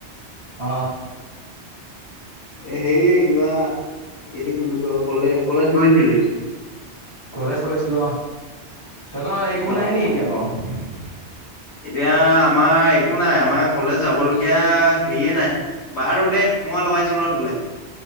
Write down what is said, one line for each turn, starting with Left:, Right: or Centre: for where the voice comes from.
Right: হ
Left: এ হে কিবা এইটো কি বুলি ক কলে কলেজ গৈছিলি
Right: কলেজ গৈছিলো অ তহঁতৰ একো
Left: অ
Right: নাই
Left: অ
Right: নি এতিয়া বাৰু
Left: এতিয়া আমাৰ একো নাই আমাৰ কলেজ যাবলগীয়া হেয়ে নাই বাৰু দে মই লগাইছো ৰ তোলে